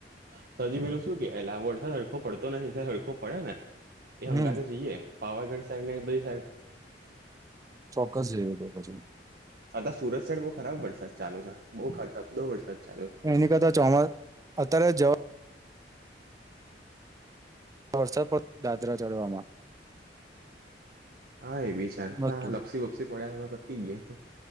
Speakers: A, on the right; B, on the right.
A: તો તજી મે એલ શ સુ કે એટલે આ વરસાદ હળખો પડતો નથીસા હળખો પડે ને. એ હંગા
B: હમ
A: તો જઈએ પાવાગઢ સાઈડ ને બધી સાઈડ
B: ચોક્કસ જઈએ તો પછી
A: આ સુરત શહેડ બહઉ ખરાબ વરસાદ ચાલુ છે બઉ ખબ બહો વરસાદ ચાલુ છે.
B: એની કરતા ચોમાસ અત્યારે જવા વરસાદ પડ દાદરા ચઢવામાં
A: હા એવી છે
B: નતું
A: હા લપસી બપસી પડ્યા તો પતી ગયા.